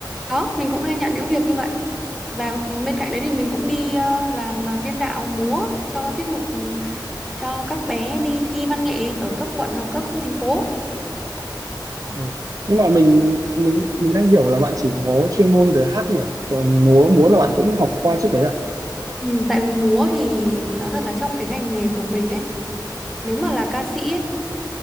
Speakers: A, in the centre; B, on the right.
A: có mình cũng hay nhận những việc như vậy và bên cạnh đấy thì mình cũng đi ờ, làm ờ, biên đạo múa cho tiết mục ừ, cho các bé đi thi văn nghệ ở cấp quận hoặc cấp thành phố
B: Ừ. Nhưng mà mình mình mình đang hiểu là bạn chỉ có chuyên môn về hát nhỉ? Còn múa múa là bạn cũng học qua trước đấy à?
A: ừ, tại vì múa thì nói thật là trong cái ngành nghề của mình ấy nếu mà là ca sĩ ấy